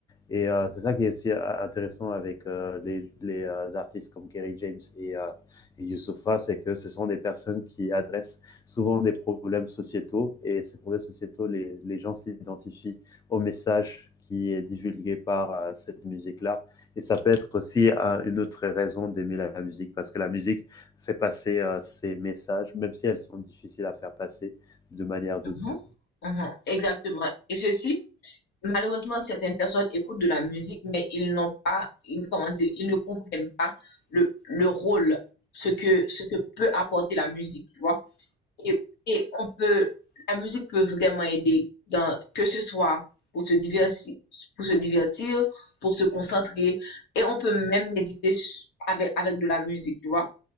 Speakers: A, on the left; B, on the left.
A: Et euh, c'est ça qui est aussi euh, intéressant avec euh, les, les euh, artistes comme Kerry James et, euh, et Youssoupha, c'est que ce sont des personnes qui adressent souvent des problèmes sociétaux et ces problèmes sociétaux, les, les gens s'identifient au message qui est divulgué par euh, cette musique-là. Et ça peut être aussi euh, une autre raison d'aimer la musique, parce que la musique fait passer euh, ces messages, même si elles sont difficiles à faire passer de manière douce.
B: Mhm, mhm, Exactement. Et ceci, malheureusement, certaines personnes écoutent de la musique, mais ils n'ont pas, ils- comment dire, ils ne comprennent pas le, le rôle, ce que, ce que peut apporter la musique, tu vois. Et, et on peut, la musique peut vraiment aider dans, que ce soit pour se divertir, pour se divertir, pour se concentrer, et on peut même méditer s- avec, avec de la musique, tu vois.